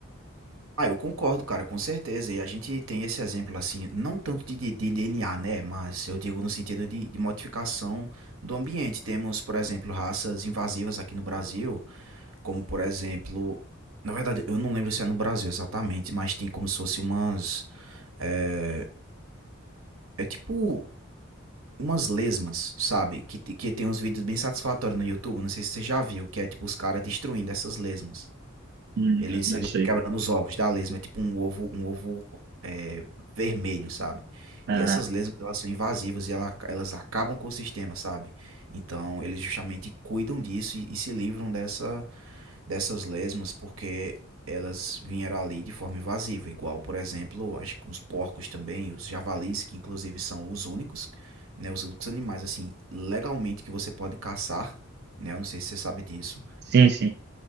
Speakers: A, on the right; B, on the right.
A: Ah, eu concordo, cara, com certeza. E a gente tem esse exemplo assim, não tanto de, de- de DNA, né? Mas eu digo no sentido de, de modificação do ambiente. Temos, por exemplo, raças invasivas aqui no Brasil, como por exemplo. Na verdade, eu não lembro se é no Brasil exatamente, mas tem como se fosse umas. É, é tipo umas lesmas, sabe? Que, te- que tem uns vídeos bem satisfatórios no YouTube. Não sei se você já viu, que é tipo os caras destruindo essas lesmas.
B: Hum,
A: Eles,
B: Não
A: eles
B: sei.
A: quebrando os ovos da lesma, é tipo um ovo, um ovo é, vermelho, sabe?
B: Ah,
A: E essas lesmas, elas são invasivas e ela- elas acabam com o sistema, sabe? Então, eles justamente cuidam disso e, e se livram dessa, dessas lesmas porque elas vieram ali de forma invasiva. Igual, por exemplo, acho que os porcos também, os javalis, que inclusive são os únicos, né? Os únicos animais, assim, legalmente que você pode caçar, né? Eu não sei se você sabe disso
B: sim, sim.